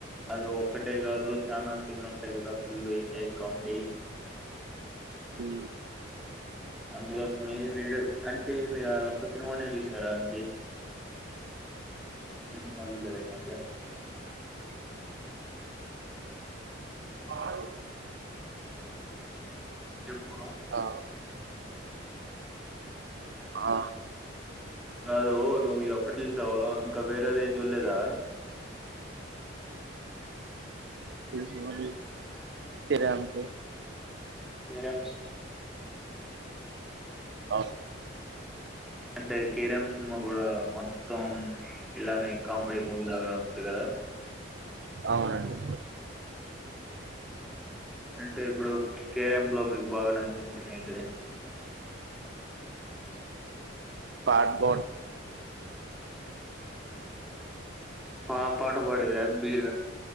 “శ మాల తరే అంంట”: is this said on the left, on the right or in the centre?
Right